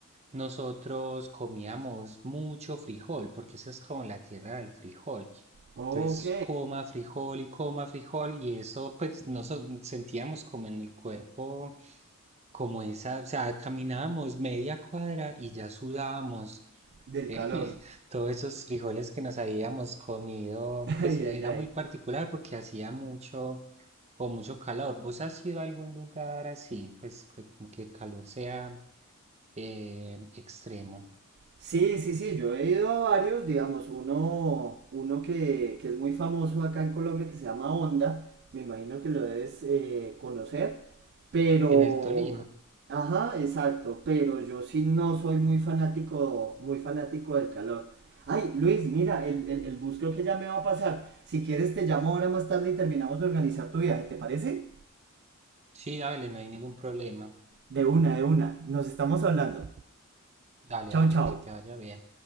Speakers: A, on the right; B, on the right.
A: nosotros comíamos mucho frijol, porque esa es como la tierra del frijol.
B: Ok,
A: Entonces, coma frijol y coma frijol, y eso, pues, nos sentíamos como en el cuerpo, como esa, o sea, caminábamos media cuadra y ya sudábamos
B: del
A: eh,
B: calor.
A: <laughs> todos esos frijoles que nos habíamos comido,
B: <laughs>
A: pues
B: Ay,
A: e-,
B: ay,
A: era
B: ay.
A: muy particular porque hacía mucho o mucho calor. ¿Vos has ido a algún lugar así, pues que, como que el calor sea eh, extremo?
B: Sí, sí, sí, yo he ido a varios, digamos, uno, uno que, que es muy famoso acá en Colombia que se llama Onda, me imagino que lo debes eh, conocer, pero,
A: En el Tolima.
B: ajá, exacto, pero yo sí no soy muy fanático, muy fanático del calor. Ay, Luis, mira, el, el, el bus creo que ya me va a pasar. Si quieres te llamo ahora más tarde y terminamos de organizar tu viaje, ¿te parece?
A: Sí, dale, no hay ningún problema.
B: De una, de una, nos estamos hablando.
A: Dale,
B: Chao,
A: dale,
B: chao.
A: que te vaya bien.